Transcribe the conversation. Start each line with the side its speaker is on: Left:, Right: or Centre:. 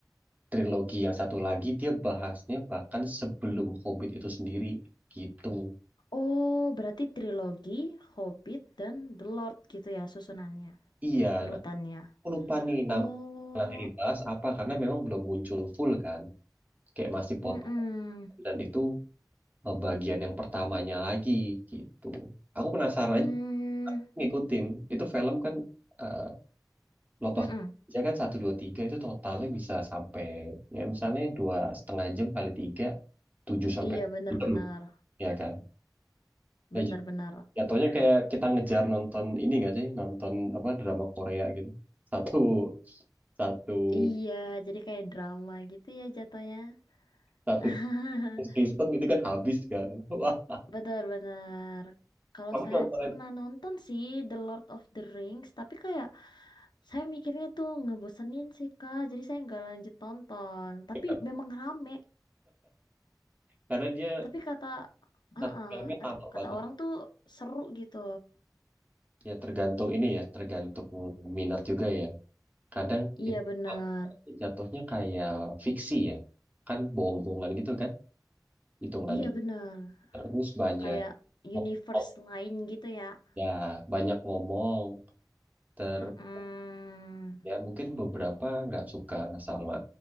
Right: trilogi yang satu lagi dia bahasnya bahkan sebelum Hobbit itu sendiri gitu.
Left: Oh, berarti trilogi Hobbit dan The Lord gitu ya susunannya,
Right: Iya,
Left: urutannya.
Right: aku lupa nih nama
Left: Oh,
Right: nanti dibahas apa karena memang belum muncul full kan. kayak masih potong
Left: mm-mm.
Right: dan itu eh, bagian yang pertamanya lagi gitu. Aku penasaran
Left: Mm,
Right: aja ngikutin. Itu film kan eh lot
Left: mm-mm.
Right: of saya kan satu dua tiga itu totalnya bisa sampai ya misalnya dua setengah jam kali tiga tujuh sampai
Left: Iya,
Right: 8
Left: benar-benar,
Right: jam ya kan.
Left: benar-benar.
Right: Ya, j- jatuhnya kayak kita ngejar nonton ini gak sih nonton apa drama Korea gitu satu satu
Left: Iya, jadi kayak drama gitu ya jatuhnya.
Right: satu
Left: <laughs>
Right: season itu kan habis kan. <laughs> Wah
Left: Benar-benar. Kalau
Right: kamu
Left: saya
Right: nontonin
Left: pernah nonton sih The Lord of the Rings, tapi kayak saya mikirnya tuh ngebosenin sih Kak, jadi saya nggak lanjut nonton. Tapi
Right: apa, kan?
Left: memang rame.
Right: karena dia
Left: Tapi kata,
Right: satu
Left: ah,
Right: filmnya
Left: aduh,
Right: lama
Left: kata
Right: banget.
Left: orang tuh seru gitu.
Right: Ya tergantung ini ya, tergantung minat juga ya. Kadang
Left: Iya
Right: itu
Left: benar,
Right: jatuhnya kayak fiksi ya, kan bohong-bohongan gitu kan, hitungan
Left: iya benar.
Right: terus banyak
Left: Kayak universe
Right: ngomong.
Left: lain gitu ya.
Right: ya banyak ngomong terus
Left: Mm-mm.
Right: ya mungkin beberapa nggak suka sama